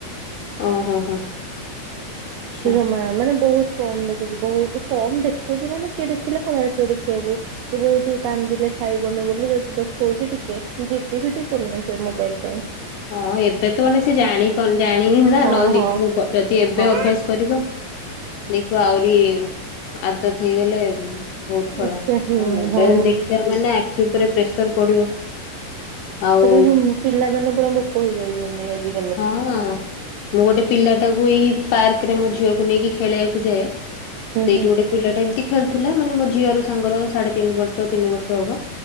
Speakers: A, on the left (about 80°); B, on the right (about 85°).
A: ଅ ହୋ ହୋ। ଆଚ୍ଛା
B: ସେ ଜମା ମାନେ ବହୁତ୍ କମ୍ ଦେଖୁଚି ବହୁତ୍ କମ୍ ଦେଖୁଚି ମାନେ କିଏ ଦେଖିଲେ ପଳେଇ ଆସିବ ଦେଖିଆକୁ। କି ବହୁତୁ କାନ୍ଦିଲେ ଖାଇବନି ବୋଲି ଯଉି ଦୁ ହଉଛି ଟିକେ। ଜିଦି ଫିଦି କରୁନି ସେ ମୋବାଇଲି ପାଇଁ।
A: ହଁ ଏବେ ତ ମାନେ ସେ ଜାଣିପାରୁନି ଜାଣିନି ନା
B: ହଁ
A: ନହେଲେ ଦେଖିବୁ
B: ହଁ
A: ପ ଯଦି ଏବେ
B: ହଁ
A: ଅଭ୍ୟାସ କରିବ। ଦେଖିବ ଆହୁରି। ଆଦତ ହେଇଗଲେ ବହୁତୁ ଖରାପ
B: ହୁଁ ସେ
A: କାରଣ
B: ହୁଁ
A: ମୋବାଇଲି
B: ହଁ
A: ଦେଖିବା ମାନେ ଆଖି ଉପରେ ପ୍ରେସର ପଡିବ ଆଉ
B: ସେତେବେଳେ ବି ପିଲାମାନେ ପୁରା ମୁକ ହେଇଯାଉଛନ୍ତି ଆଜି।
A: ହଁଅ। ମୁଁ ଗୋଟେ ପିଲାଟାକୁ ଏଇ ପାର୍କ ରେ ମୋ ଝିଅକୁ ନେଇକି ଖେଳିବାକୁ ଯାଏ। ସେଇଠି
B: ହୁଁ ହୁଁ
A: ଗୋଟେ ପିଲା ଟା ଏମିତି ଖେଳୁଥିଲା ମାନେ ମୋ ଝିଅର ସାଙ୍ଗର ସାଢେ ତିନି ବର୍ଷ ତିନି ବର୍ଷ ହବ।